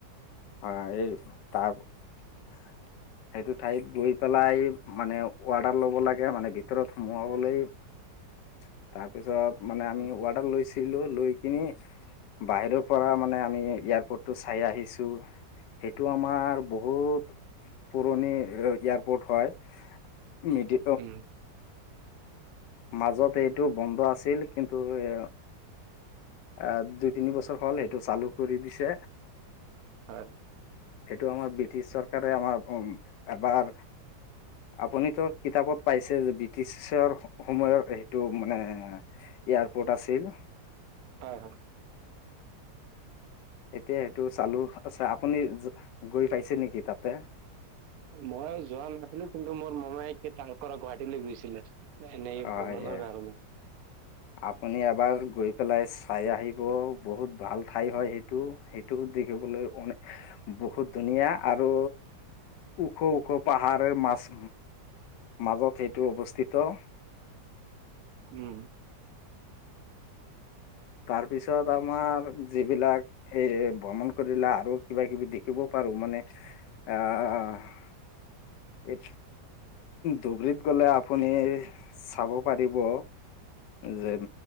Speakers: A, on the left; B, on the right.
A: অঁ এই তাৰ - সেইটো ঠাইত গৈ পেলাই মানে অৱৰ্ডাৰ ল'ব লাগে মানে ভিতৰত সোমোৱাবলৈ। তাৰ তাৰপিছত মানে
B: উম,
A: আমি অৱৰ্ডাৰ লৈছিলোঁ লৈ কিনি বাহিৰৰ পৰা মানে আমি এয়াৰপৰ্টটো চাই আহিছোঁ। সেইটো আমাৰ বহুত পুৰণি এয়াৰপৰ্ট হয়। মিডি
B: উম,
A: মাজত এইটো বন্ধ আছিল কিন্তু এ এ দুই তিনিবছৰ হ'ল সেইটো চালু কৰি দিছে
B: হয়,
A: সেইটো আমাৰ ব্ৰিটিছ চৰকাৰ আমাৰ উম এবাৰ আপুনিতো কিতাপত পাইছে যে ব্ৰিটিছ শ্বেয়াৰ সময়ৰ সেইটো মানে এয়াৰপৰ্ট আছিল।
B: হয়, হয়।
A: এতিয়া সেইটো চালো আছে আপুনি গৈ পাইছে নেকি তাতে?
B: মই যোৱা নাছিলো কিন্তু মোৰ মোমাই তাৰ পৰা গুৱাহাটী লৈ গৈছিলে। এনেই
A: হয়
B: ভ্ৰমণৰ কাৰণে
A: আপুনি এবাৰ গৈ পেলাই চাই আহিব বহুত ভাল ঠাই হয় সেইটো সেইটো দেখিবলৈ বহুত ধুনীয়া আৰু ওখ ওখ পাহাৰৰ মাছ মাজত সেইটো অৱস্থিত
B: উম
A: তাৰ পিছত আমাৰ যিবিলাক এ ভ্ৰমণ কৰিলে আৰু কিবা কিবি দেখিব পাৰ লো মানে আহ এ ধুবুৰীত গলে আপুনি চাব পাৰিব যে